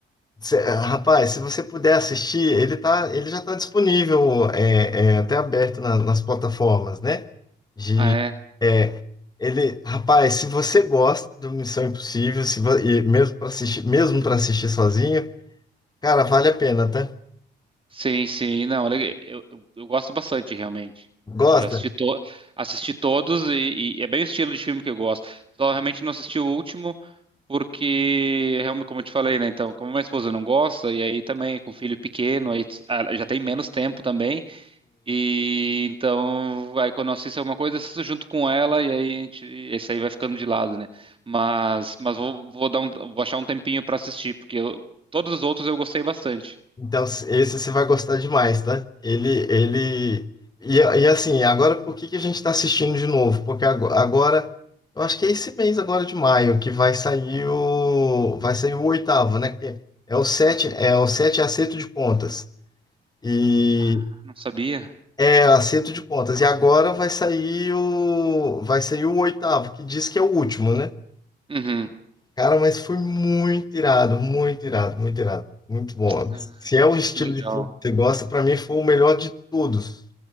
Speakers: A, on the left; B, on the right.
A: cê- rapaz, se você puder assistir, ele tá, ele já está disponível, é, é, até aberto na- nas plataformas, né? De,
B: ah, é.
A: é, ele, rapaz, se você gosta do Missão Impossível, se, vo- e mesmo para assistir, mesmo para assistir sozinho, cara, vale a pena, tá?
B: Sim, sim. Não, ele- eu, eu, eu gosto bastante, realmente.
A: Gosta?
B: E eu assisti, to, assisti todos e, e é bem o estilo de filme que eu gosto. Só realmente não assisti o último, Porque, realmente, como eu te falei, né? Então, como minha esposa não gosta, e aí também com o filho pequeno, aí tu- ah, já tem menos tempo também. E então, aí quando eu assisto alguma coisa, eu assisto junto com ela, e aí a gente, esse aí vai ficando de lado, né? Mas, mas vou, vou dar um, vou achar um tempinho pra assistir, porque eu- todos os outros eu gostei bastante.
A: Então, esse você vai gostar demais, tá? Ele, ele... E, e assim, agora por que que a gente está assistindo de novo? Porque ago- agora, eu acho que é esse mês agora de maio que vai sair o... vai sair o oitavo, né? Que é o sete, é o sete é acerto de contas. E...
B: Ah, não sabia?
A: É, acerto de contas. E agora vai sair o... vai sair o oitavo, que diz que é o último, né?
B: Uhum.
A: Cara, mas foi muito irado, muito irado, muito irado. Muito bom.
B: Ah,
A: Se é o estilo
B: que legal.
A: de filme que você gosta, pra mim foi o melhor de todos.